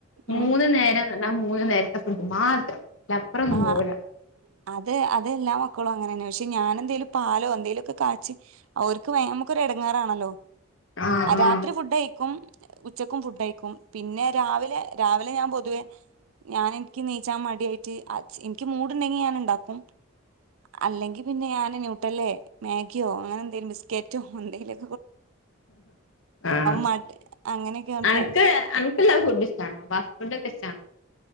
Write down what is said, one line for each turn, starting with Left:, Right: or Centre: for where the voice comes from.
Left: മൂന്ന്
Right: ഉം
Left: നേരം ആ മൂന്ന് നേരത്തെ ഫുഡ് മാത്രം അയിലപ്പറൊന്നും
Right: ആഹ്
Left: പോവൂല
Right: അതെ അതല്ലെ മക്കളും അങ്ങനന്നെ പക്ഷെ ഞാനെ ന്തേലും പാലോ എന്തെലോ ക്കെ കാച്ചി ഓര്ക്ക് വയ നമ്മക്ക് ഒര് ഇടങ്ങാറാണല്ലോ
Left: ആഹ്
Right: രാത്രി
Left: ആഹ്
Right: ഫുഡയിക്കും ഉച്ചക്കും ഫുഡയിക്കും പിന്നെ രാവിലെ രാവിലെ ഞാൻ പൊതുവേ ഞാന് ഇന്ക്ക്ന്നീച്ചാൻ മടിയായിട്ട് ച്ച് ഇന്ക്കി മൂട്ണ്ടെങ്കി ഞാന് ഇണ്ടാക്കും അല്ലെങ്കി പിന്നെ ഞാന് നൂ ട്ടല്ലേ മാഗിയോ അങ്ങനെ എന്തേലും ബിസ്ക്കറ്റോ എന്തെങ്കിലൊ
Left: ആഹ്
Right: മടി അങ്ങനെയൊക്കെയാണ്
Left: അന്ക്ക്
Right: പോവും
Left: അന് ക്കെല്ലാ ഫുഡും ഇഷ്ടാണോ ഫാസ്റ്റ് ഫുഡൊ‌ക്കെ ഇഷ്ടാണോ